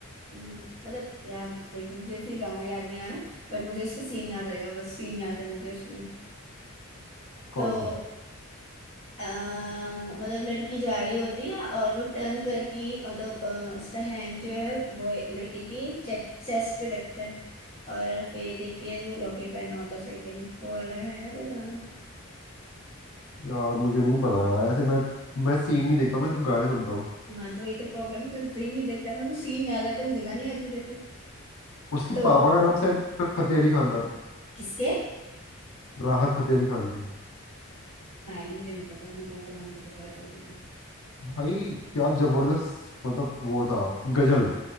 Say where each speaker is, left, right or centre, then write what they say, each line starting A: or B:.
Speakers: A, on the left; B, on the left.
A: उम, मतलब यार देखो मुझे फिर गाना याद नहीं आ रहा बट मुझे उसका सीन याद आएगा बस सीन याद है मुझे उसमें
B: कौन
A: तो
B: सा
A: अ, मतलब लड़की जा रही होती है और वो टर्न करके मतलब अ, उसका हैंड जो है वो लड़के की चेस्ट पे रखता है और फिर देखती है वो लॉकेट पहना होता है उस लड़के ने वो वाला है ना कोई गाना
B: यार मुझे नहीं पता यार ऐसे मैं मैं सीन नहीं देखता हूँ मैं सिर्फ गाने सुनता हूँ
A: हाँ तो ये तो प्रॉब्लम है तो सीन नहीं देखता मेरे को सीन याद रहता है मुझे गाने याद नहीं रहते
B: उसके
A: तो
B: पापा का नाम शायद नुसरत फतेह अली खान था ना?
A: किसके
B: राहत फतेह अली खान के
A: हाँ यार, मुझे नहीं पता पता नहीं कौन से गाने का चलता रहता है तो
B: भाई क्या जबरदस्त मतलब वो था गजल